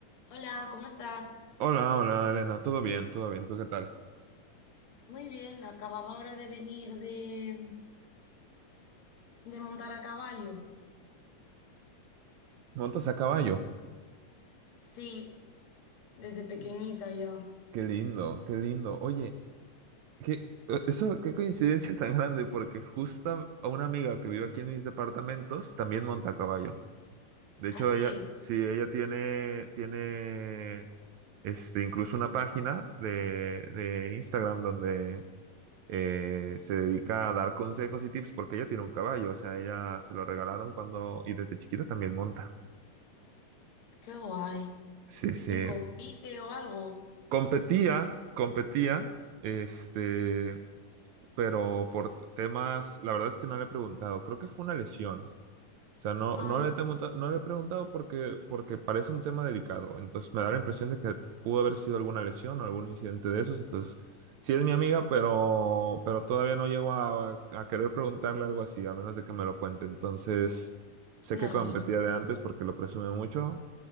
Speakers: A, on the left; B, on the right.
A: Hola, ¿cómo estás?
B: Hola, hola, Elena, todo bien, todo bien, ¿tú qué tal?
A: Muy bien, acababa ahora de venir de, de montar a caballo.
B: ¿Montas a caballo?
A: Sí, desde pequeñita ya.
B: Qué lindo, qué lindo. Oye, qué, eh, eso, qué coincidencia tan grande, porque justo a una amiga que vive aquí en mis departamentos también monta a caballo. De hecho,
A: Ah, sí,
B: ella, sí, ella tiene, tiene, este, incluso una página de, de Instagram donde eh, se dedica a dar consejos y tips porque ella tiene un caballo, o sea, ella se lo regalaron cuando, y desde chiquita también monta.
A: qué guay.
B: Sí, sí.
A: ¿Y compite o algo?
B: Competía, competía, este, pero por temas, la verdad es que no le he preguntado, creo que fue una lesión. O sea, no,
A: Ay,
B: no le he, temu- no le he preguntado porque, porque parece un tema delicado. Entonces me da la impresión de que pudo haber sido alguna lesión o algún incidente de esos. Entonces, sí es mi amiga, pero, pero todavía no llego a, a querer preguntarle algo así, a menos de que me lo cuente. Entonces, sé
A: ya
B: que competía
A: a ver.
B: de antes porque lo presume mucho